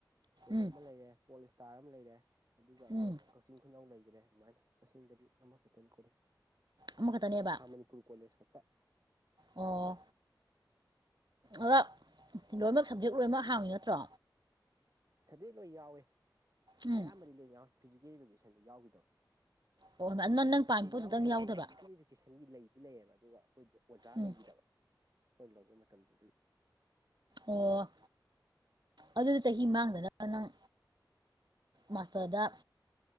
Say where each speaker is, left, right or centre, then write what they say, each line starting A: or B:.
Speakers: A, on the right; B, on the right.
A: ꯀꯩꯅꯣꯝꯃ
B: ꯎꯝ
A: ꯂꯩꯔꯦ ꯄꯣꯂꯤꯁꯇꯥꯔ ꯑꯃ ꯂꯩꯔꯦ ꯑꯗꯨꯒ ꯑꯃꯨꯛ
B: ꯎꯝ
A: ꯀꯛꯆꯤꯡ ꯈꯨꯅꯧ ꯂꯩꯒꯔꯦ ꯑꯗꯨꯃꯥꯏꯅ ꯃꯁꯤꯡꯗꯗꯤ ꯑꯃꯈꯛꯇꯅꯤ ꯀꯣꯂꯦꯖ
B: ꯑꯃꯈꯛꯇꯅꯦꯕꯥ
A: ꯥ ꯈꯥ ꯃꯅꯤꯄꯨꯔ ꯀꯣꯂꯦꯖ ꯈꯛꯇ
B: ꯑꯣ ꯑꯗ ꯂꯣꯏꯃꯛ ꯁꯞꯖꯦꯛ ꯂꯣꯏꯅꯃꯛ ꯍꯥꯡꯉꯤ ꯅꯠꯇ꯭ꯔꯣ
A: ꯁꯕꯖꯦꯛ ꯂꯣꯏ ꯌꯥꯎꯏ
B: ꯎꯝ
A: ꯑꯌꯥꯝꯕꯗꯤ ꯂꯣꯏ ꯌꯥꯎꯏ ꯐꯤꯖꯤꯀꯦꯜ ꯏꯗꯨꯒꯦꯁꯟꯗꯨ ꯌꯥꯎꯒꯤꯗꯕ
B: ꯑꯣ ꯅꯪ
A: ꯑꯗꯨ
B: ꯅꯪ
A: ꯐꯤꯖꯤꯀꯦꯟ
B: ꯄꯥꯝꯃꯤ ꯄꯣꯠꯇꯨꯗꯪ
A: ꯌꯥꯎꯒꯤꯗꯕ
B: ꯌꯥꯎꯗꯕ
A: ꯍꯥꯏꯖꯦ ꯐꯤꯖꯤꯀꯦꯟ ꯀꯦꯁꯟꯒꯤ ꯂꯩꯗꯤ ꯂꯩꯌꯦꯕ ꯑꯗꯨꯒ ꯑꯩꯈꯣꯏꯗꯨꯗ ꯑꯣꯖꯥ
B: ꯎꯝ
A: ꯂꯩꯒꯤꯗꯕ ꯑꯩꯈꯣꯏꯅ ꯂꯧꯕ ꯃꯇꯝꯗꯨ ꯑꯗꯨꯒꯤ
B: ꯑꯣ ꯑꯗꯨꯗꯤ ꯆꯍꯤ ꯃꯥꯡꯗꯅꯕ ꯅꯪ ꯃꯥꯁꯇꯔꯗ